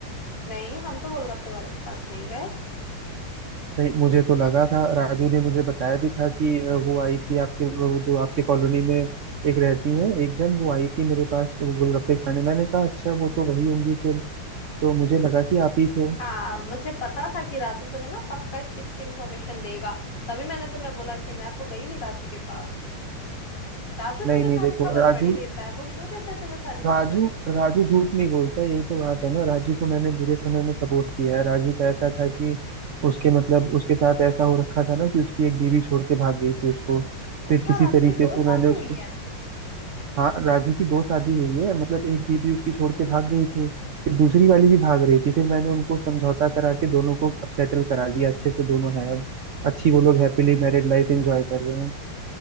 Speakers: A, on the left (about 55°); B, on the right (about 65°).
A: नहीं हम तो गोलगप्पे वाले के पास नहीं गए
B: नहीं मुझे तो लगा था राजू ने मुझे बताया भी था कि अ, वो आई थी आपके वो जो आपके कॉलोनी में एक रहती है एक जन वो आई थी मेरे पास तो वो गोलगप्पे खाने मैंने कहा अच्छा वो तो वही होंगी फिर तो मुझे लगा कि आप ही थे
A: हाँ मुझे पता था कि राजू तुम्हें ना पक्का इस चीज की इन्फॉर्मेशन देगा तभी मैंने तुम्हें बोला कि मैं तो गई नहीं राजू के पास राजू
B: नहीं
A: तुम्हें
B: नहीं
A: सारी
B: देखो
A: खबर
B: राजू
A: बड़ी देता है वो क्यों देता है तुम्हें सारी खबर
B: राजू राजू झूठ नहीं बोलता यही तो बात है ना राजू को मैंने बुरे समय में सपोर्ट किया है राजू का ऐसा था कि उसके मतलब उसके साथ ऐसा हो रखा था ना कि उसकी एक बीवी छोड़ के भाग गई थी उसको
A: अच्छा
B: फिर किसी
A: राजू
B: तरीके
A: की दो
B: से
A: शादी
B: मैंने उसको
A: हुई है
B: हाँ राजू की दो शादी हुई है मतलब एक बीबी उसकी छोड़ के भाग गई थी फिर दूसरी वाली भी भाग रही थी फिर मैंने उनको समझौता करा के दोनों को अब सेटल करा दिया अच्छे से दोनों हैं अब अच्छी वो लोग हैप्पीली मैरिड लाइफ एंजॉय कर रहे हैं